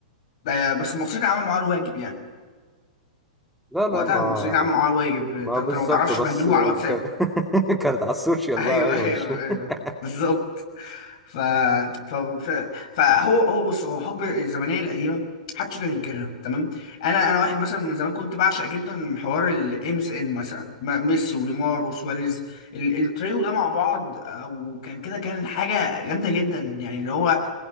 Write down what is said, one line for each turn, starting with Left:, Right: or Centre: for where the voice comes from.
Left: ده- بس المصريين عملوا معاه الواجب يعني
Centre: لا لا
Left: وقتها
Centre: ما
Left: المصريين عملوا معاه الواجب انت
Centre: ما
Left: أنت
Centre: بالظبط
Left: لو ما تعرفش
Centre: بس
Left: بهدلوه على الواتساب
Centre: ك... <laughs> كانت على السوشيال
Left: ايوه
Centre: بقى ايوه
Left: ايوه
Centre: مش
Left: ايوه
Centre: <laughs>
Left: بالظبط ف... ف... ف... فهو هو بص هو حب الزمنيه القديمه محدش يقدر ينكرها تمام انا انا واحد مثلا من زمان كنت بعشق جدا حوار الام اس ان مثلا م- ميسي ونيمار وسواريز ال... التريو ده مع بعض آه، وكان كده كان حاجه جامده جدا يعني اللي هو